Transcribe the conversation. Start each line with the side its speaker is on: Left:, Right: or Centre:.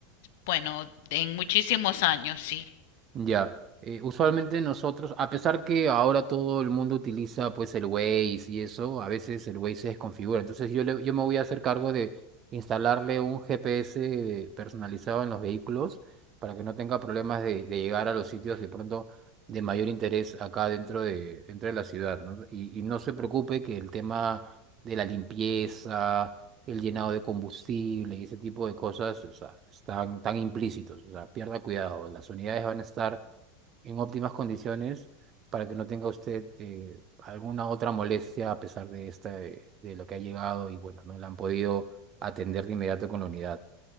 Left: bueno, en muchísimos años, sí.
Right: Ya, eh, usualmente nosotros, a pesar que ahora todo el mundo utiliza pues el Waze y eso, a veces el Waze se desconfigura. Entonces yo, le- yo me voy a hacer cargo de instalarle un GPS personalizado en los vehículos para que no tenga problemas de, de llegar a los sitios de pronto de mayor interés acá dentro de, dentro de la ciudad, ¿no? Y, y no se preocupe que el tema de la limpieza el llenado de combustible y ese tipo de cosas, o sea, están tan implícitos, o sea, pierda cuidado, las unidades van a estar en óptimas condiciones para que no tenga usted eh, alguna otra molestia a pesar de esta, eh, de lo que ha llegado y bueno, no la han podido atender de inmediato con la unidad.